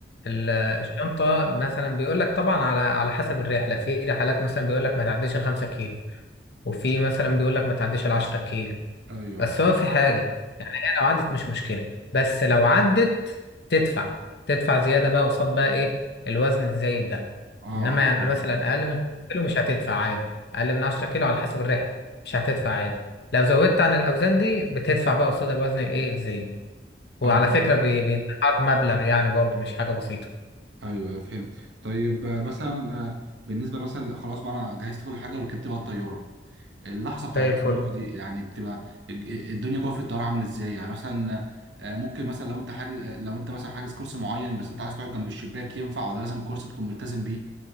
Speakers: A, on the left; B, on the right.
A: ال- الشنطة مثلا بيقول لك طبعا على على حسب الرحلة في رحلات مثلا بيقول لك ما تعديش الخمسة كيلو وفي مثلا بيقول لك ما تعديش العشرة كيلو
B: ايوه
A: بس
B: ايوه
A: هو في حاجة يعني هي لو عدت مش مشكلة بس لو عدت تدفع تدفع زيادة بقى قصاد بقى إيه الوزن الزايد ده
B: اه
A: إنما
B: اه
A: يعني
B: فهمت
A: مثلا أقل من 10 كيلو مش هتدفع عادي أقل من 10 كيلو على حسب الرحلة مش هتدفع عادي لو زودت عن الأوزان دي بتدفع بقى قصاد الوزن الإيه الزايد وعلى
B: اه آه،
A: فكرة بي- بيدفع له مبلغ يعني برضه مش حاجة بسيطة
B: ايوه فهمت طيب آه، مثلا آه، بالنسبه مثلا خلاص بقى انا جهزت كل حاجه وركبت بقى الطياره اللحظه بتاعت
A: زي
B: الطياره
A: الفل
B: دي يعني بتبقى الج- الدنيا جوه في الطياره عامله ازاي يعني مثلا آه، ممكن مثلا لو انت حاجز آه، لو انت مثلا حاجز كرسي معين بس انت عايز تقعد جنب الشباك ينفع ولا لازم الكرسي تكون ملتزم بيه